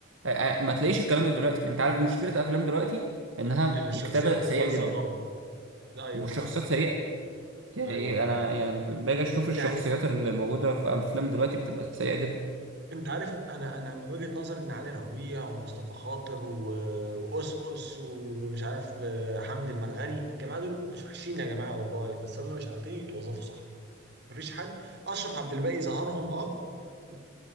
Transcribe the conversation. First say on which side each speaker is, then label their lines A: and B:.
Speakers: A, on the right; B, on the right.
A: آه، آه، ما تلاقيش الكلام ده دلوقتي يعني انت عارف مشكله الافلام دلوقتي انها
B: الشخصيات
A: الكتابه
B: بتتوزع
A: سيئه جدا
B: غلط ده ايوه
A: والشخصيات
B: فعلا
A: سيئه يعني
B: ايوه
A: إيه،
B: فعلا
A: انا يعني باجي اشوف الشخصيات
B: يعني
A: اللي موجوده في افلام دلوقتي بتبقى سيئه جدا
B: انت عارف انا انا من وجهة نظري ان علي ربيع ومصطفى خاطر و... وأس ومش عارف آه، حمدي المرغني الجماعه دول مش وحشين يا جماعه والله بس هم مش عارفين يتوظفوا صح مفيش حد اشرف عبد الباقي ظهرهم اه و-